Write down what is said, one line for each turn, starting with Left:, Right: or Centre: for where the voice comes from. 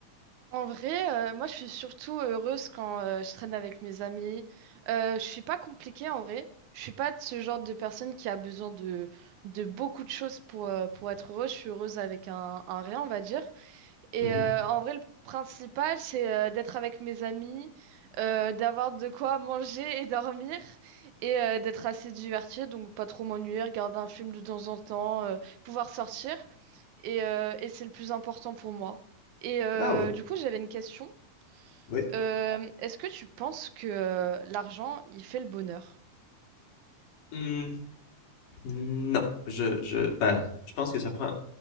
Right: En vrai, euh, moi, je suis surtout heureuse quand euh, je traîne avec mes amis. Euh, je suis pas compliquée en vrai. Je suis pas de ce genre de personne qui a besoin de de beaucoup de choses pour euh, pour être heureuse. Je suis heureuse avec un, un rien, on va dire. Et
Left: Mhm.
Right: euh, en vrai, le principal, c'est euh, d'être avec mes amis, euh, d'avoir de quoi manger et dormir, et euh, d'être assez diverti, donc pas trop m'ennuyer, regarder un film de temps en temps, euh, pouvoir sortir. Et, euh, et c'est le plus important pour moi. Et euh,
Left: Ah oui,
Right: du coup, j'avais une question.
Left: oui.
Right: Euh, est-ce que tu penses que euh, l'argent, il fait le bonheur?
Left: Hmm, non, je, je, ben, je pense que ça prend,